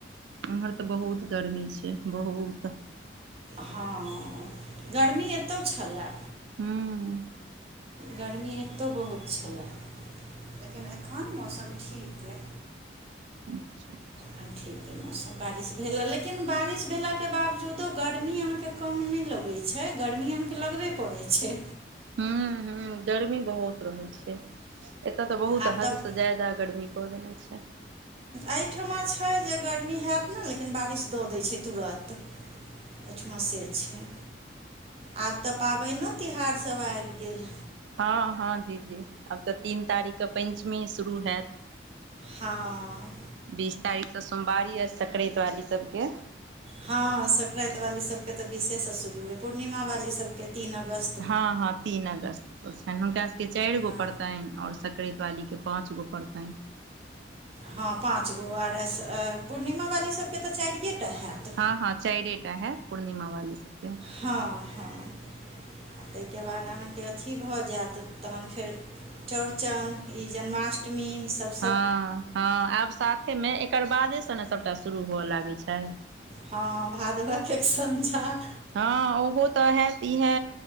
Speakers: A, on the right (about 75°); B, on the right (about 30°).
A: ऐमहर तऽ बहुत गर्मी छै बहुत
B: हाँ गर्मी एतहु छलए
A: हँ
B: गर्मी एतौ बहुत छलै लेकिन एखन मौसम ठीक ये
A: अच्छा अच्छा
B: एखन ठीक अइ मौसम बारिश भेल ह लेकिन बारिश भेला के बावजूदो गर्मी अहाँ के कम नहि लगै छै गर्मी अहाँके लगबे करै छै
A: ह्म ह्म गर्मी बहुत रहै छै एतय तऽ बहुत
B: आब
A: हद
B: तऽ
A: से ज्यादा गर्मी कऽ देने छै
B: एहिठमा छै जे गर्मी हयत ने तँ लेकिन बारिश दऽ दै छै तुरंत एहिठमा से छै आब तऽ पाबइनो तिहार सभ आबि गेल
A: हँ हँ दीदी आब तऽ तीन तारीखके पञ्चमी शुरू हैत
B: हँ
A: बीस तारीखसँ सोमवारी आर सक्रातिवारी सबके
B: हँ संक्राति वाली सब के तऽ विशेष शुरू ह पूर्णिमा वाली सब के तीन अगस्त
A: हँ हँ तीन अगस्तसँ छनि हुनका सबके चारि
B: हँ
A: गो पड़तनि आओर सक्रैतवालीके पाँच गो पड़तनि
B: हँ पाँच गो आर पूर्णिमा वाली सभके तऽ चारि टा हैत
A: हँ हँ चारिटा हेत पूर्णिमा वाली सबके
B: हँ हँ ताहिके बाद अहाँके अथी भऽ जायत तहन फेर चौरचन ई जन्माष्टमी ईसभ
A: हँ हँ आब साथेमे एकर बादेसँ ने सभटा शुरू हुअ लागैत छै
B: हँ भादवह एक संझा
A: हँ ओहो तऽ हैत इएह